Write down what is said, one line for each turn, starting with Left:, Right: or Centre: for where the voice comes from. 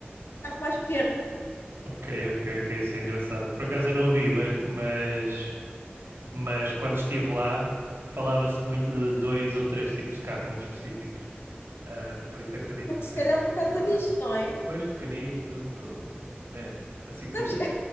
Left: carro mais pequeno,
Right: ok, ok, ok, isso é engraçado. Por acaso eu não o vi, mas, mas, mas quando estive lá falava-se muito de dois ou três tipos de carro muito específicos. Ah, por isso acredito
Left: porque
Right: que seja,
Left: se calhar por
Right: que
Left: causa
Right: seja verdade.
Left: disto, não é?
Right: Pois pequenitos, ou... é, assim que.
Left: Sabes,